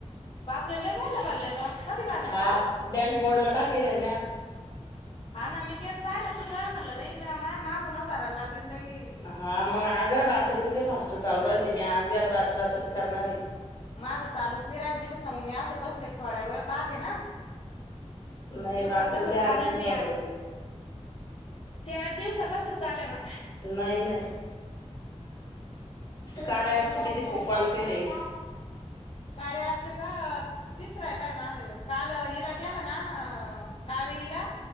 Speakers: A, on the left; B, on the left.
A: बापरे लय महिना भरल्या तो. कधी भरल्या
B: हा
A: काल?
B: डॅशबोर्ड ला टाकलंन म्या...
A: हा ना मी तेच पाहिलं तूझं म्हणलं.. बाई म्या माय मागून भरायला लागली न लगी.
B: हा मग आग रात्रीच लई फास्ट चालू राहील. मी आज बी आता रात्री रात्रीच करणारय.
A: माझं चालूच नाही राहिलं, दिवसा मग मी असं बसले थोडा वेळ पाहते ना.
B: नाही
A: दिवसा
B: रात्री
A: कसं
B: लय
A: चालेल
B: अर्जंट
A: ते
B: भरलेलं
A: ऍप
B: होतं.
A: ते अँप दिवसा कस चालना?
B: नाही नाही. कार्या ऍपचे किती कॉल केले?
A: कार्य अँपचे का तिसरं आहे पाय माझ ह्यो. काल हिला केल ना कावेरीला